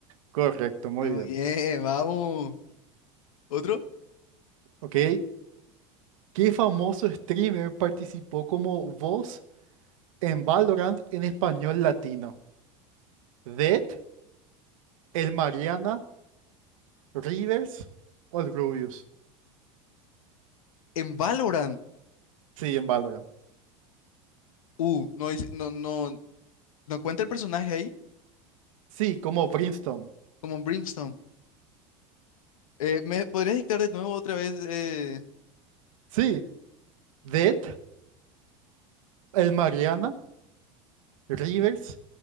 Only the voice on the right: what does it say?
Correcto, muy
bien.
Ok, ¿Qué famoso streamer participó como voz en Valorant en español latino? ¿Dead, el Mariana, Rivers o el Rubius?
Sí, en Valorant.
Sí, como Brimstone.
Sí, Dead, el Mariana, Rivers